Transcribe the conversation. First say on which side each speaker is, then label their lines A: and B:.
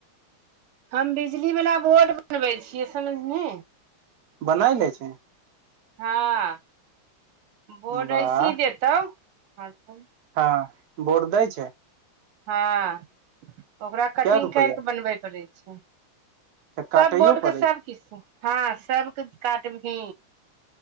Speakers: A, on the right; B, on the right.
A: हम बिजली बला बोर्ड बनबै छियै समझनी
B: बना लै छी
A: हँ बोर्ड
B: वाह
A: ऐसी दे तौ ह त
B: हँ बोर्ड दै छै
A: हँ ओकरा कटिंग
B: कै रुपैआ
A: कैरके‌ बनबय पड़ै छै
B: अच्छा काटैयो
A: सब बोर्डके
B: पड़ै
A: सब
B: छै
A: किछ हँ सबके काटभी